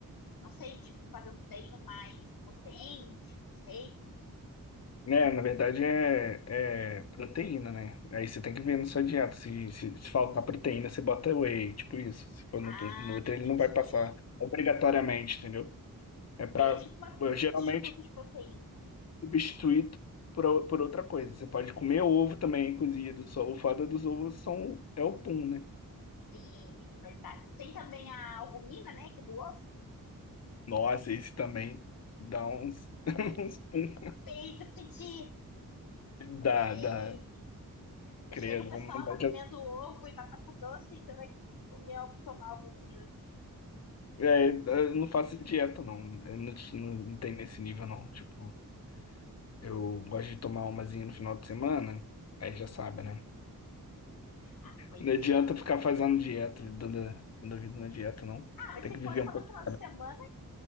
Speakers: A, on the left; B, on the left.
A: Não sei, tipo, fazer um treino mais potente, não sei.
B: né, na verdade é, é proteína, né? Aí você tem que ver na sua dieta. Se, se, se faltar proteína, você bota whey, tipo isso. Se for
A: Ah,
B: no, tu- no outro,
A: entendi.
B: ele não vai passar obrigatoriamente, entendeu? É pra
A: Ele é tipo uma-
B: eu,
A: um substituto
B: geralmente
A: de proteína.
B: substituir por, ou- por outra coisa. Você pode comer ovo também cozido. Só o foda dos ovos são, é o pum, né?
A: Sim, isso é verdade. Tem também a albumina, né, que é do ovo.
B: Nossa, esse também dá uns, <laughs> uns pum.
A: Não sei, já senti.
B: Dá,
A: É,
B: dá. Credo,
A: Já chega o pessoal
B: vamos mudar
A: tá
B: de.
A: comendo ovo e batata doce e ainda vai comer, tomar albumina.
B: É, eu não faço dieta, não. Eu não, não, não tem nesse nível, não. Tipo. Eu gosto de tomar umazinha no final de semana, aí já sabe, né?
A: Ah, pois
B: Não adianta
A: é.
B: ficar fazendo dieta, dando, dando a vida na dieta, não.
A: Ah, mas
B: Tem
A: se
B: que viver
A: for só
B: um pouquinho.
A: no final de
B: né?
A: semana,